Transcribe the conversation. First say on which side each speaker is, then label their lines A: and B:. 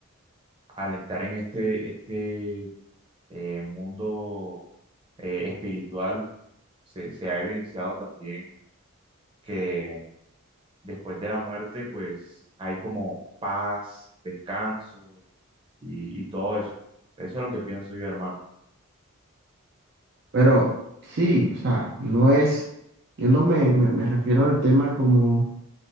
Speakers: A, on the right (about 25°); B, on the right (about 50°).
A: al estar en este, este eh, mundo eh, espiritual se, se ha evidenciado también que después de la muerte, pues hay como paz, descanso y, y todo eso. Eso es lo que pienso yo, hermano.
B: Pero sí, o sea, no es, yo no me, me me refiero al tema como